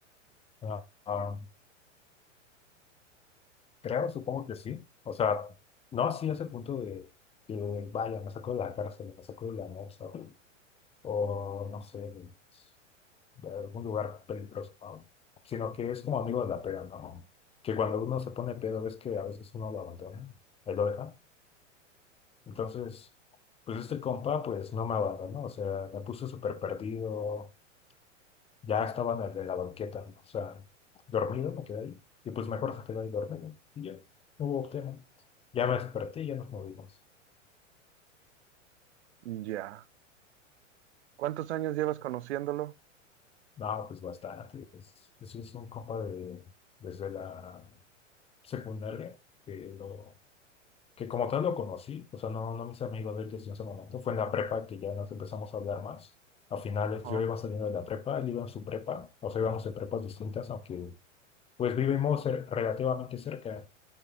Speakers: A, on the left; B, on the right.
A: Ah, ah, Creo, supongo que sí. O sea, no así a ese punto de que vaya, me sacó de la cárcel, me sacó de la NASA o, o, no sé, de, de algún lugar peligroso, ¿no? Sino que es como amigo de la pera, ¿no? Que cuando uno se pone pedo, ves que a veces uno lo abandona, él lo deja. Entonces, pues este compa, pues no me abandonó, o sea, me puso súper perdido, ya estaba en, el- en la banqueta, ¿no? o sea, dormido me quedé ahí. Y pues mejor se quedó ahí dormido. Y ya, no hubo tema. Ya me desperté y ya nos movimos.
B: Ya. ¿Cuántos años llevas conociéndolo?
A: No, pues bastante. Es, es, es un compa de, desde la secundaria, que, lo, que como tal lo conocí, o sea, no, no mis amigos de él desde ese momento. Fue en la prepa que ya nos empezamos a hablar más. A finales
B: Ajá.
A: yo iba saliendo de la prepa, él iba en su prepa, o sea, íbamos en prepas distintas, aunque pues vivimos cer- relativamente cerca.